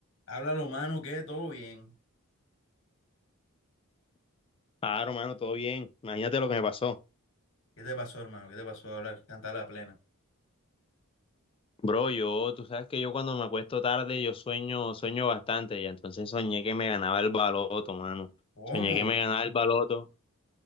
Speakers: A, on the left; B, on the left.
A: Háblalo, mano, que todo bien.
B: Claro, mano, todo bien. Imagínate lo que me pasó.
A: ¿Qué te pasó, hermano? ¿Qué te pasó? Habla, canta la plena.
B: Bro, yo, tú sabes que yo cuando me acuesto tarde, yo sueño, sueño bastante, y entonces soñé que me ganaba el baloto, mano.
A: ¿Cómo?
B: Soñé que me ganaba el baloto,